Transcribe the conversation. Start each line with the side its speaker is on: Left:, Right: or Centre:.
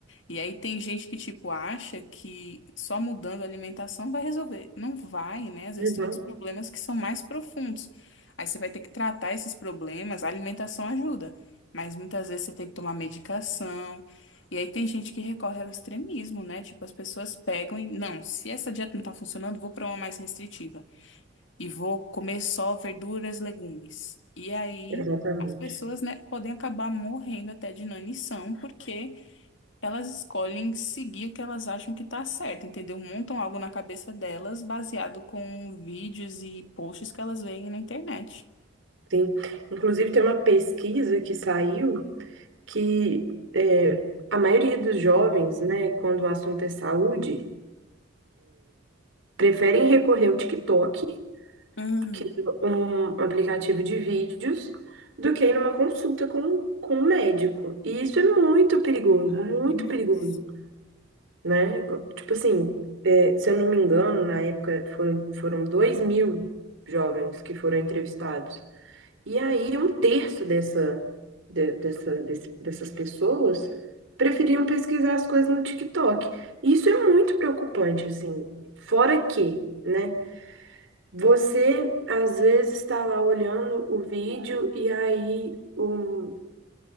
Left: E aí tem gente que, tipo, acha que só mudando a alimentação vai resolver. Não vai, né? Às vezes
Right: Uhum,
Left: tem outros problemas que são mais profundos. Aí você vai ter que tratar esses problemas, a alimentação ajuda, mas muitas vezes você tem que tomar medicação. E aí tem gente que recorre ao extremismo, né? Tipo, as pessoas pegam e, não, se essa dieta não tá funcionando, vou pra uma mais restritiva e vou comer só verduras, legumes. E aí
Right: exatamente.
Left: as pessoas, né, podem acabar morrendo até de inanição porque elas escolhem seguir o que elas acham que tá certo, entendeu? Montam algo na cabeça delas baseado com vídeos e posts que elas veem na internet.
Right: Sim. Inclusive, tem uma pesquisa que saiu que é, a maioria dos jovens, né, quando o assunto é saúde, preferem recorrer ao TikTok
Left: Uhum,
Right: que um aplicativo de vídeos do que ir numa consulta com, com um médico. E isso é muito perigoso, muito
Left: demais.
Right: perigoso, né? Tipo assim, é, se eu não me engano, na época foram, foram dois mil jovens que foram entrevistados. E aí, um terço dessa, de- dessa, desse- dessas pessoas preferiam pesquisar as coisas no TikTok. Isso é muito preocupante, assim. Fora que, né? Você às vezes está lá olhando o vídeo e aí o,